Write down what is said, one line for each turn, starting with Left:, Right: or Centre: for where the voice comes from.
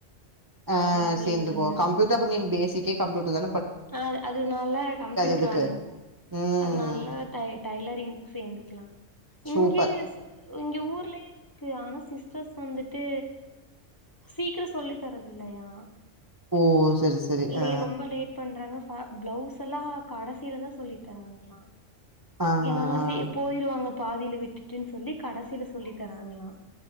Right: ஆ
Left: சொல்லிட்ருந்தே
Right: சேர்ந்துக்கோ கம்ப்யூட்டர் அப்ப நீ பேசிக்கே கம்ப்யூட்டர் தான்
Left: அ அது அதுனால கம்ப்யூட்டர்
Right: எதுக்கு
Left: வோங்க
Right: ம்
Left: அதனால டை டைலரிங் சேர்ந்துக்கலாம் இங்கே
Right: சூப்பர்
Left: இங்க ஊர்லே ஆனா சிஸ்டர்ஸ் வந்துட்டு சீக்கிரம் சொல்லி தரது இல்லையா
Right: ஓ சரி சரி
Left: லே
Right: ஆ
Left: ரொம்ப லேட் பிளவுஸ் எல்லாம் கடைசியிலதான் சொல்லி தராங்ளா
Right: ஆ
Left: ஏன்னா
Right: ஆ
Left: சி போயிருவாங்க பாதில விட்டுட்டுன்னு சொல்லி கடைசியில சொல்லி தராங்களா